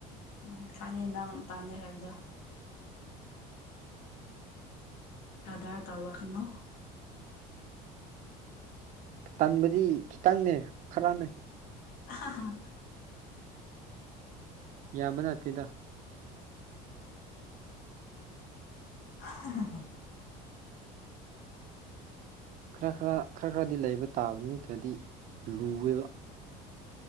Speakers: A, on the left; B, on the right.
A: ꯎ ꯈꯥꯏꯉꯦ ꯅꯪ ꯇꯥꯟꯒꯦ ꯍꯥꯏꯕꯗ ꯀꯗꯥꯔ ꯇꯅꯣ
B: ꯇꯟꯕꯗꯤ ꯈꯤꯇꯪꯅꯦ ꯈꯔꯅꯦ
A: ꯑ
B: ꯌꯥꯕ ꯅꯥꯇꯩꯦꯗ
A: <unintelligible>
B: ꯈꯔ ꯈꯔ ꯈꯔ ꯈꯔꯗꯤ ꯂꯩꯕ ꯇꯥꯕ ꯅꯠꯇ꯭ꯔꯗꯤ ꯂꯨꯋꯦꯕ